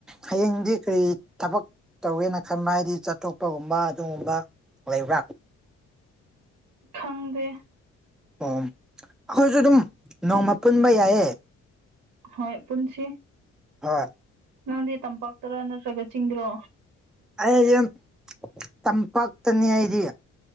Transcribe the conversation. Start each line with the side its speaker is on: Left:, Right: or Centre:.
Centre: ꯍꯌꯦꯡꯗꯤ ꯀꯔꯤ ꯊꯕꯛ ꯇꯧꯋꯦꯅ ꯈꯟꯕ ꯍꯥꯏꯗꯤ ꯆꯠꯊꯣꯛꯄꯒꯨꯝꯕ ꯑꯗꯨꯒꯨꯝꯕ ꯂꯩꯕ꯭ꯔꯥ
Right: ꯈꯪꯗꯦ
Centre: ꯑꯣ ꯑꯩꯈꯣꯏꯁꯨ ꯑꯗꯨꯝ ꯅꯣꯡꯃ ꯄꯨꯟꯕ ꯌꯥꯏꯌꯦ
Right: ꯍꯣꯏ ꯄꯨꯟꯁꯤ
Centre: ꯍꯣꯏ
Right: ꯅꯪꯗꯤ ꯇꯝꯄꯥꯛꯇꯔ ꯅꯠꯇ꯭ꯔꯒ ꯆꯤꯡꯗ꯭ꯔꯣ
Centre: ꯑꯩꯗꯤ ꯇꯝꯄꯥꯛꯇꯅꯤ ꯑꯩꯗꯤ